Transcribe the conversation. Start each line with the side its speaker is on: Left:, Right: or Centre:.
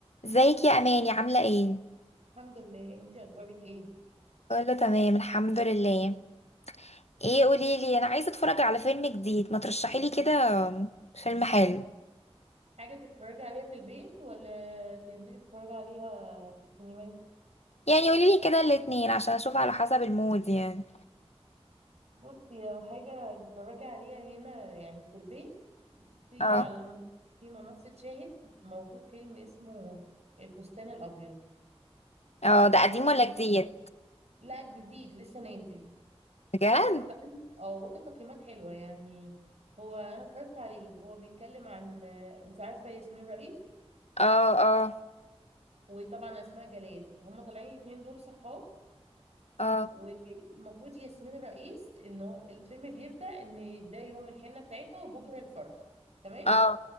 Left: ازيك يا اماني عامله ايه
Right: الحمد لله انتي اخبارك ايه
Left: كله تمام الحمد لله ايه قولي لي انا عايزه اتفرج على فيلم جديد ما ترشحي لي كده فيلم حلو
Right: حاجه تتفرجي عليها في البيت ولا تنزلي تتفرجي عليها في السينمات
Left: يعني قولي لي كده الاتنين عشان اشوف على حسب المود يعني
Right: بصي لو حاجه تتفرجي عليها هنا يعني في البيت في
Left: اه
Right: على المنصه في منصه شاهد موجود فيلم اسمه الفستان الابيض
Left: اه ده
Right: بتاع
Left: قديم ولا جديد
Right: لا جديد لسه نازل
Left: بجد
Right: واخد كمان اه واخد تقييمات حلوه يعني هو انا اتفرجت عليه هو بيتكلم عن انت عارفه ياسمين رئيس
Left: اه اه
Right: وطبعا اسماء جلال هما طالعين الاتنين دول صحاب
Left: اه
Right: والمفروض ياسمين الرئيس ان هو الفيلم بيبدأ ان ده يوم الحنة بتاعتها وبكرة الفرح تمام
Left: اه